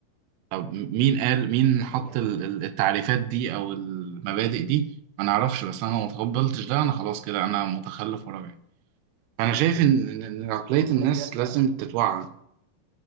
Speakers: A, on the right; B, on the right.
A: طب م- مين قال مين
B: دي
A: حط
B: حقيقه
A: ال-
B: فعلا
A: ال- التعريفات دي او المبادئ دي ما نعرفش بس انا لو ما تقبلتش ده انا خلاص كده انا متخلف وراجعي فانا شايف ان إن- إن عقليه
B: والله
A: الناس
B: بجد
A: لازم تتوعى